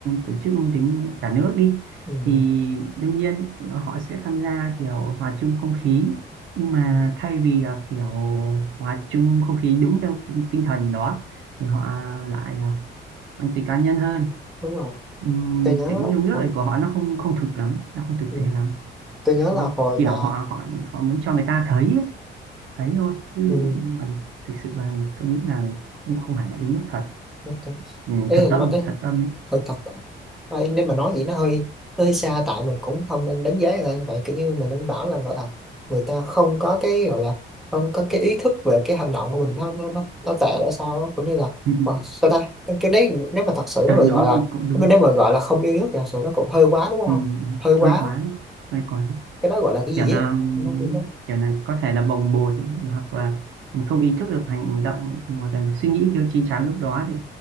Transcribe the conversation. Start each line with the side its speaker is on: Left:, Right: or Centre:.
Right: tổ chức tính cả nước đi
Centre: ừ.
Right: thì đương nhiên họ sẽ tham gia kiểu hòa chung không khí nhưng mà
Centre: Ừ,
Right: thay vì là kiểu hòa chung không khí đúng theo tinh tinh thần đó thì họ lại ờ, mang tính cá nhân hơn
Centre: đúng rồi
Right: Ừm,
Centre: tôi nhớ
Right: tính yêu nước
Centre: hồi-
Right: này của họ nó không không thực lắm nó không thực
Centre: ừ,
Right: tế lắm
Centre: tôi nhớ
Right: Nó
Centre: là hồi
Right: kiểu
Centre: mà
Right: họ họ họ muốn cho người ta thấy ấy, thấy thôi chứ
Centre: ừ,
Right: còn thực sự là tôi nghĩ là không không hẳn là yêu nước thật
Centre: ok.
Right: Ừ,
Centre: ý
Right: thật
Centre: là nói
Right: tâm
Centre: ý,
Right: thật tâm ấy.
Centre: hơi thật Ôi, nếu mà nói vậy nó hơi nó hơi xa tại mình cũng không nên đánh giá người ta vậy kiểu như mình nên bảo là gọi là người ta không có cái gọi là không có cái ý thức về cái hành động của mình nó nó nó, nó tệ là sao á. cũng như là
Right: <laughs> Ừ,
Centre: wow, sao ta cái, cái đấy nếu mà thật sự
Right: À,
Centre: nếu mà
Right: đúng
Centre: gọi là
Right: cũng đúng
Centre: nếu mà, nếu mà gọi là không yêu nước thì thật sự nó cũng hơi quá đúng
Right: ừ,
Centre: không hơi quá
Right: hơi quá hơi quá
Centre: cái đó gọi là cái
Right: kiểu
Centre: gì
Right: là
Centre: á nó, nó,
Right: kiểu là có thể là bồng bột hoặc là mình không ý thức được hành động hoặc là suy nghĩ thiếu chín chắn lúc đó thì